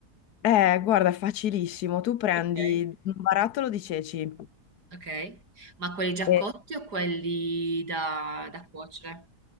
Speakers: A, on the left; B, on the right.
A: eh, guarda, è facilissimo, tu prendi
B: Ok.
A: un barattolo di ceci.
B: Ok, ma quelli già
A: E
B: cotti o quelli da, da cuocere?